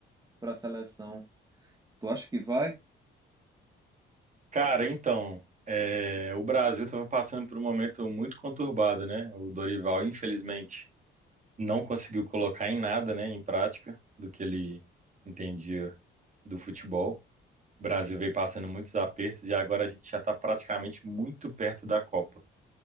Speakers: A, on the right; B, on the right.
A: para a seleção. Tu acha que vai?
B: Cara, então, é, o Brasil estava passando por um momento muito conturbado, né? O Dorival, infelizmente, não conseguiu colocar em nada, né, em prática, do que ele entendia do futebol. O Brasil veio passando muitos apertos e agora a gente já está praticamente muito perto da Copa.